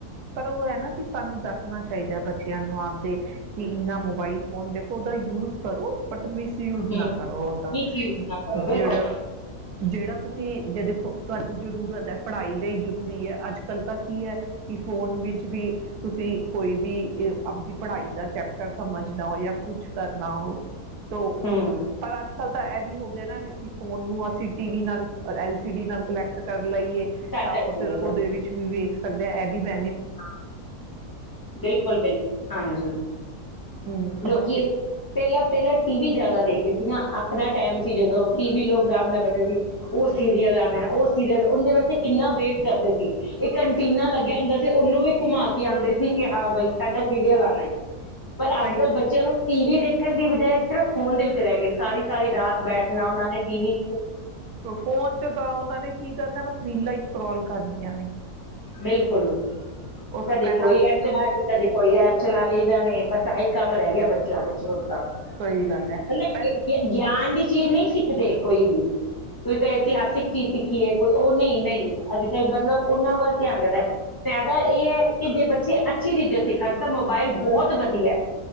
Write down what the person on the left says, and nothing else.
ਹਮ
ਮਿਸਯੂਜ ਨਾ ਕਰੋ
ਬਿਲਕੁਲ
ਹਮ
ਕਰ
ਸਕਦੇ
ਹਾ ਬਿਲਕੁਲ ਬਿਲਕੁਲ ਹਾਂਜੀ।
ਲੋਕੀ
ਪਹਿਲਾਂ ਪਹਿਲਾਂ ਟੀ ਵੀ ਜਿਆਦਾ ਵੇਖਦੇ ਸੀ ਨਾ ਆਪਣਾ ਟਾਈਮ ਸੀ, ਜਦੋਂ ਟੀ ਵੀ ਲੋਕ ਰਾਮ ਨਾਲ ਬੈਠਦੇ ਸੀ, ਉਹ ਸੀਰੀਅਲ ਆਣਾ ਐ, ਉਹ ਸੀਰੀਅਲ ਓੰਦੇ ਵਾਸਤੇ ਕਿੰਨਾ ਵੇਟ ਕਰਦੇ ਸੀ। ਇੱਕ ਅਨਟੀਨਾ ਲੱਗਿਆ ਹੁੰਦਾ ਸ ਉਹਨੂੰ ਵੀ ਘੁਮਾ ਕੇ ਆਂਦੇ ਸੀ ਕਿ ਹਾਂ ਬਈ ਸਾਡਾ ਸੀਰੀਅਲ ਆਨਾ ਐ, ਪਰ
ਅੱਜ ਕੱਲ੍ਹ ਬੱਚਿਆਂ ਨੂੰ ਟੀ ਵੀ ਦੇ ਠਣ ਦੀ ਬਜਾਏ ਸਿਰਫ ਫੋਨ ਦੇ ਵਿੱਚ ਰਹਿ ਗਏ, ਸਾਰੀ ਸਾਰੀ ਰਾਤ ਬੈਠਣਾ, ਉਹਨਾਂ ਨੇ ਟੀ ਵੀ
ਬਿਲਕੁਲ।
ਕਦੇ
ਕੋਈ
ਐਪ
ਚਲਾ ਲਈ, ਕਦੇ ਕੋਈ ਐਪ ਚਲਾ ਲਈ ਇਹਨਾ ਨੇ, ਬਸ ਆਹੀ ਕੰਮ ਰਹਿ ਗਿਆ ਬੱਚਿਆਂ ਵਿੱਚ ਹੋਣ ਤੱਕ,
ਮਤਲਬ
ਗੇ ਗਿਆਨ ਦੀ ਚੀਜ਼ ਨਹੀਂ ਸਿੱਖਦੇ ਕੋਈ ਵੀ, ਕੋਈ ਕਹੇ ਇਤਿਹਾਸਿਕ ਚੀਜ਼ ਸਿੱਖੀਏ ਕੋਈ ਉਹ ਨਹੀਂ ਨਹੀਂ। ਅੱਜ ਕ ਚਲ ਮਤਲਬ ਉਹਨਾਂ ਵੱਲ <unintelligible> ਏ ਐ ਕਿ ਜੇ ਬੱਚੇ ਅੱਛੀ ਚੀਜ਼ਾਂ ਸਿੱਖਣ ਤਾਂ ਮੋਬਾਇਲ ਬਹੁਤ ਵਧੀਐ